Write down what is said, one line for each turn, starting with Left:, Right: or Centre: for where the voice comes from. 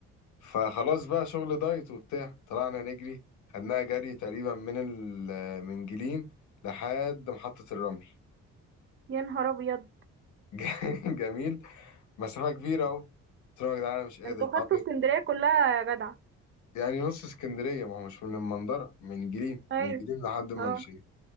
Left: فخلاص بقى شغل دايت وبتاع طلعنا نجري خدناها جري تقريبا من ال من جليم لحد محطة الرمل
Right: يا نهار ابيض
Left: <laughs> ج- جميل مسافة كبيرة أهو قلت لهم يا جدعان أنا مش قادر
Right: ده انتوا خدتوا
Left: طبعاً
Right: اسكندريه كلها يا جدع
Left: يعني نص اسكندرية ما هو مش من المنظرة من جليم
Right: ايوه
Left: من جليم لحد ما
Right: اه
Left: مشيت